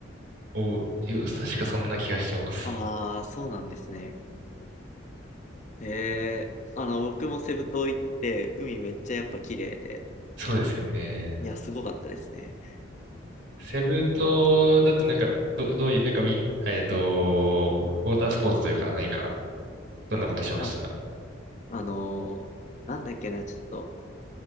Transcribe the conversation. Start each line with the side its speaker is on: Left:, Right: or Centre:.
Right: お、確かそんな気がしてます。
Left: ああー、そうなんですね。ええあの、僕もセブ島行って、海めっちゃやっぱ綺麗で、
Right: そうですよね。
Left: いや、すごかったですね。
Right: セブ島だとなんか、
Left: あ、
Right: ど、どういう、なんかウィン、えっと、ウォータースポーツというか何か、どんなことしました
Left: あ、あのーなんだっけな、ちょっと、